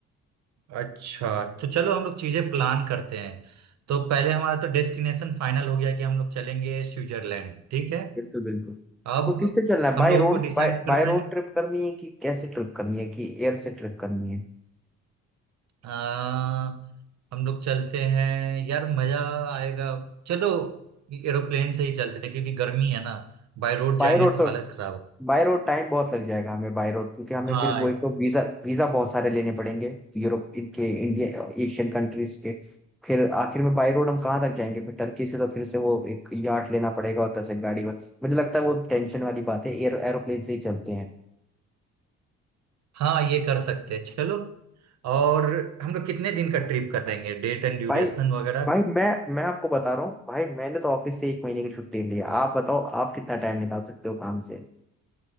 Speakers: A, on the right (about 65°); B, in the centre.
A: अच्छा तो चलो हम लोग चीजें प्लान करते हैं तो पहले हमारा तो डेस्टिनेशन फाइनल हो गया कि हम लोग चलेंगे स्विट्जरलैंड ठीक है
B: बिल्कुल बिल्कुल
A: अब
B: तो किससे चलना है
A: हम
B: by
A: लोगों
B: road
A: को डिसाइड
B: by by
A: करना
B: road
A: है
B: trip करनी है कि कैसे ट्रिप करनी है कि एयर से ट्रिप करनी है
A: आ, हम लोग चलते हैं यार मजा आएगा चलो एरोप्लेन से ही चलते हैं क्योंकि गर्मी है ना बाय रोड
B: बाय
A: जाएंगे
B: रोड
A: तो
B: तो
A: हालत खराब हो
B: बाय रोड टाइम बहुत लग जाएगा हमें बाय रोड क्योंकि हमें
A: हाँ
B: फिर वो एक तो वीजा वीजा बहुत सारे लेने पड़ेंगे यूरोप इनके इंडिया एशियन कंट्रीज के फिर आखिर में बाय रोड हम कहाँ तक जाएंगे फिर टर्की से तो फिर से वो एक यार्ड लेना पड़ेगा और से गाड़ी में मुझे लगता है वो टेंशन वाली बात है एयर एरोप्लेन से ही चलते हैं
A: हाँ ये कर सकते हैं चलो और हम लोग कितने दिन का ट्रिप करेंगे डेट एंड ड्यूरेशन
B: भाई
A: वगैरह
B: भाई मैं मैं आपको बता रहा हूँ भाई मैंने तो ऑफिस से एक महीने की छुट्टी ली है आप बताओ आप कितना टाइम निकाल सकते हो काम से